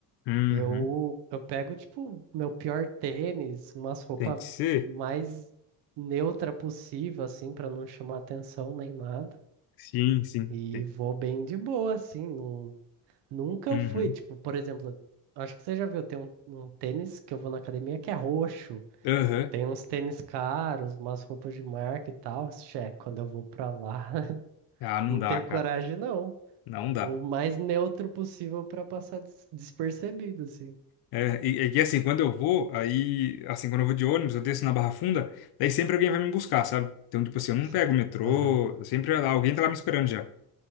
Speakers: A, on the left (about 65°); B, on the right (about 85°).
A: Uhum.
B: eu, eu pego, tipo, meu pior tênis, umas roupas
A: Tem que ser?
B: mais neutra possível, assim, pra não chamar atenção nem nada.
A: Sim, sim.
B: E
A: Tem.
B: vou bem de boa, assim. Não, nunca
A: Uhum.
B: eu fui, tipo, por exemplo, acho que você já viu, tem um, um tênis que eu vou na academia que é roxo.
A: Aham.
B: Tem uns tênis caros, umas roupas de marca e tal. Xé, quando eu vou pra lá, <laughs>
A: Ah, não
B: não
A: dá,
B: tenho
A: cara.
B: coragem, não.
A: Não
B: Vou
A: dá.
B: o mais neutro possível pra passar des- despercebido, assim.
A: É, e, e que assim, quando eu vou, aí, assim, quando eu vou de ônibus, eu desço na Barra Funda, daí sempre alguém vai me buscar, sabe? Então, tipo assim, eu não
B: Se-
A: pego o metrô,
B: Aham.
A: sempre alguém tá lá me esperando já.